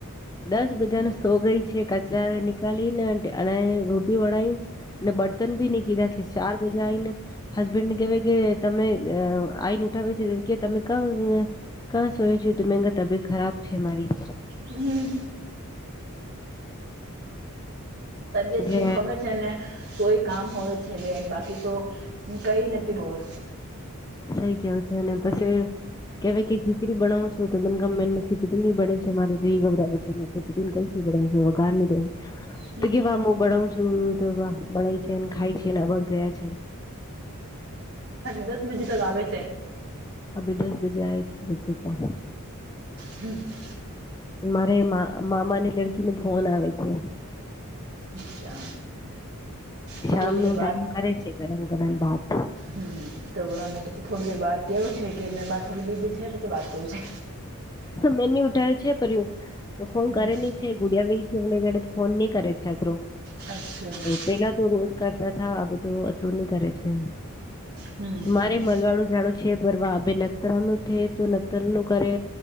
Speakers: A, on the left (about 15°); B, on the right (about 45°).
A: દસ બજાને સો ગઈ છે કચરા નીકાળી ને અને રોટી વળીને અને બર્તન ભી ને કીધા છે ચાર બજા આવીને હસબેન્ડ ને કેહેવાય કે તમે આઈને ઉઠાવે છે કે તમે ક કા સોય છે તમે તબિયત ખરાબ છે મારી
B: હમ્મ તબિયત ઠીક
A: કે
B: હોવે છે ને તોઈ કામ હોવે છે બેન બાકી તો હ કઈ નથી હોવે
A: સઈ કેવું છે અને પછી કવા કે ખીચડી બનાાવશો તો પણ ગમે ની ખીચડી બને છે મારે જીવ ગબરાવે છે <unintelligible> વઘાર ની દઉં
B: હમ
A: તો કેવા હું બણાવ છું તો વા ભણાય છેને ખાય છેને આભર ગયા છે
B: દસ બજે તક આવે છે
A: અભી દસ બજે આવીઈ છે <unintelligible>
B: હમ્મ
A: મારે મા મામાની લડકી નો ફોન આવે છે
B: અચ્છા થોડી
A: શામ
B: દેર
A: નો ટાઈમ કરે છે ઘણા ઘણા ભત
B: હમ્મ તો ને પછી થોડી દેર બાદ કેવો છે કે મેં થોડી બીજી છે પછી વાત કરું છે
A: મેન્ય ઉઠાવો છે પરું તો ફોન
B: હમ
A: કરે છે ગુડિયા ભ છેે ફોન નહી કરે છે અત્તરો
B: અચ્છા
A: પેલા તો રોજ કરતા થા અ તો અતરું નની કરે છે
B: હમ
A: મારે મળવાનુ જાણું છે પરવા ભ નકતરા ન છે તો નખતરા નું કરે